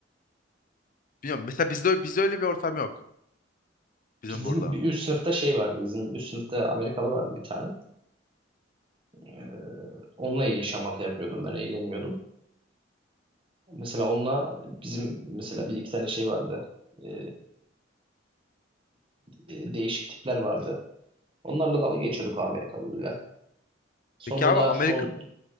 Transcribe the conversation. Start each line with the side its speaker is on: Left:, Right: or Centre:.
Left: Bilmiyorum. Mesela bizde, bizde öyle bir ortam yok. Bizim
Right: Bizim
Left: burada.
Right: bir üst sınıfta şey vardı, bizim üst sınıfta Amerikalı vardı bir tane. E, onunla iyi şamata yapıyordum ben, eğleniyordum. Mesela onunla bizim mesela bir iki tane şey vardı. E, e, değişik tipler vardı. Onlarla dalga geçiyorduk o Amerikalılarla. Sonra
Left: Peki abi
Right: o da
Left: Amerika,
Right: son